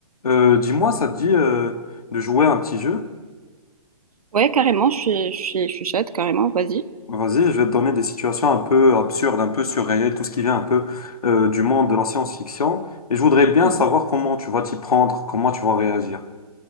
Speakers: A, on the left (about 80°); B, on the right (about 85°).
A: Euh, dis-moi, ça te dit euh, de jouer à un petit jeu?
B: Ouais, carrément, je suis, je suis, je suis chaude, carrément, vas-y.
A: Vas-y, je vais te donner des situations un peu absurdes, un peu surréelles, tout ce qui vient un peu euh, du monde de la science-fiction. Et je voudrais bien
B: Ouais.
A: savoir comment tu vas t'y prendre, comment tu vas réagir.